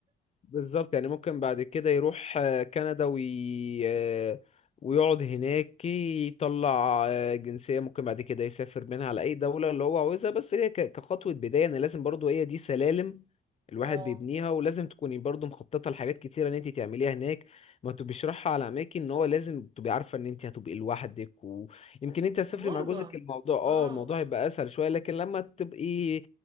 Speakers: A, on the left (about 35°); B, on the right (about 20°).
A: بالظبط يعني ممكن بعد كده يروح آه، كندا وي... آه، ويقعد هناك يطلع آه، جنسية ممكن بعد كده يسافر منها على أي دولة اللي هو عاوزها بس هي ك- كخطوة بداية يعني لازم برضو هي دي سلالم الواحد
B: اه
A: بيبنيها ولازم تكوني برضو مخططة لحاجات كتيرة إن أنت تعمليها هناك ما تبقيش رايحة على أماكن إن هو لازم تبقي عارفة إن أنت هتبقي لوحدك ويمكن أنت هتسافري
B: الغربة
A: مع جوزك الموضوع أه
B: اه
A: الموضوع هيبقى أسهل شوية لكن لما تبقي